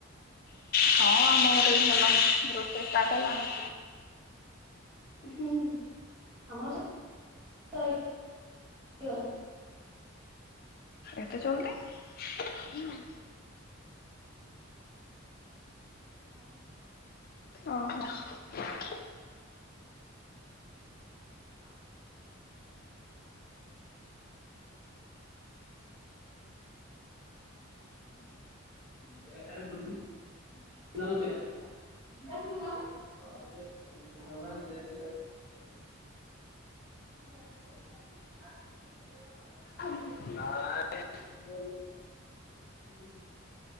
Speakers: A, on the left; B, on the right.
A: ହଁ ଆମ ଘରେ ବି ଭଲ, ରୋଷେଇ ଷ୍ଟାର୍ଟ ହେଲାଣି?
B: ହୁଁ ଆମର ସବୁ ସରି ଗଲାଣି।
A: ଏତେ ଜଲ୍ଦି? ହୁଁ
B: ଅ ହ।
A: ଅ ହ।
B: <unintelligible> <unintelligible> <unintelligible>
A: ନାଆଁ।
B: <unintelligible>